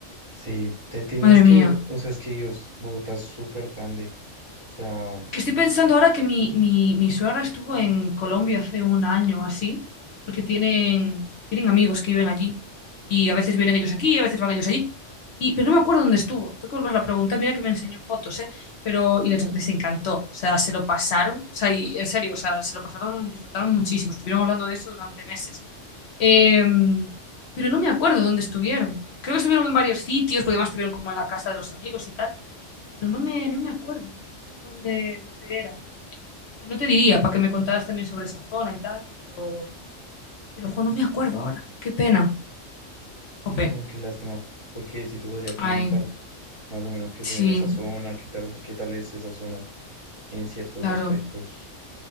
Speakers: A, on the right; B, on the left.
A: sí, te tienes
B: Madre
A: que
B: mía.
A: ver, o sea, es que Dios, Bogotá es súper grande. O sea,
B: Es que estoy pensando ahora que mi, mi, mi suegra estuvo en Colombia hace un año o así, porque tienen, tienen amigos que viven allí. Y a veces vienen ellos aquí, a veces van ellos allí. Y, pero no me acuerdo dónde estuvo. Tengo que volverla a preguntar. Mira que me enseñó fotos, ¿eh? Pero, y les, les encantó. O sea, se lo pasaron. O sea, y en serio, o sea, se lo pasaron, disfrutaron muchísimo. Estuvieron hablando de eso durante meses. Em, pero no me acuerdo dónde estuvieron. Creo que estuvieron en varios sitios, porque además estuvieron como en la casa de los amigos y tal, pero no me, no me acuerdo, no me acuerdo dónde, dónde era. Si no te diría, para que me contaras también sobre esa zona y tal, pero, pero jo, no me acuerdo ahora. Qué pena.
A: y
B: Jope.
A: no, qué lástima, porque sí te podría comentar
B: Ay,
A: más o menos qué
B: sí,
A: se ve en esa zona, qué tal, qué tal es esa zona en ciertos
B: claro.
A: aspectos.